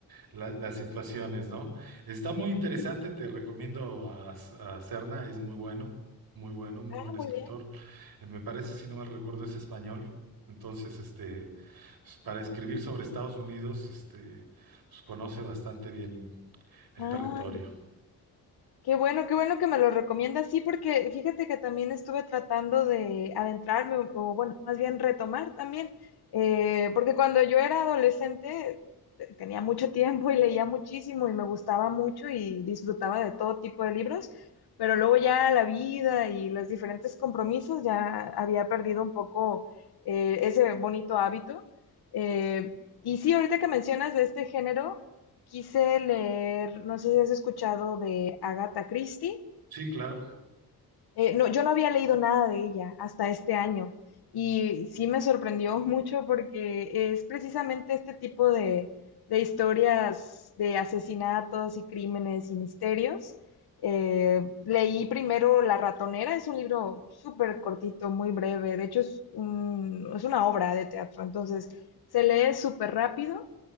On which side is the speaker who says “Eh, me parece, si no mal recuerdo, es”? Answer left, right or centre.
Right